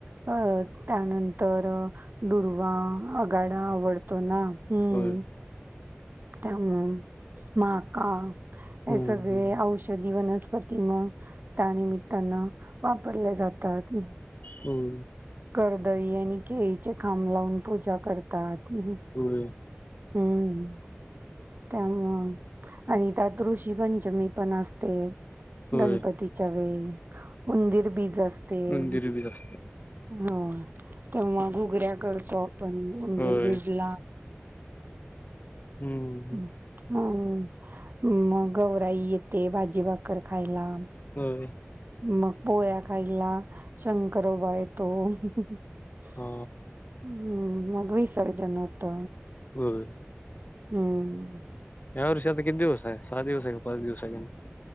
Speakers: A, on the right; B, on the left.
A: अ त्यानंतर <unintelligible> दुर्वा, आगाडा आवडतो ना हम्म
B: होय
A: त्यामुळ माका हे
B: हम्म
A: सगळे
B: हम्म.
A: औषधी वनस्पती वनस्पती मग त्यानमित्तान वापरल्या जातात
B: होय.
A: करदई आणि केळीचे खांब लावून पूजा करतात <unintelligible>
B: होय
A: हम्म त्यामुळ आणि त्यात ऋषीपंच मी पण असते
B: होय
A: गणपतीच्या वेळी उंदिर बीज असते.
B: उंदीरबीज असते
A: हो तेव्हा घुगऱ्या करतो आपण पण उंदीरबिज
B: होय
A: ला
B: हम्म
A: हम् हम मग गौराई येते भाजी भाकर खायला
B: होय
A: मग पोया खाईला शंकरोबा येतो हम्म
B: हा
A: मग विसर्जन होत त <inaudible>
B: होय
A: हम्म
B: या वर्षी आता किती दिवस हाय सहा दिवस हाय पाच दिवस आहे गणपती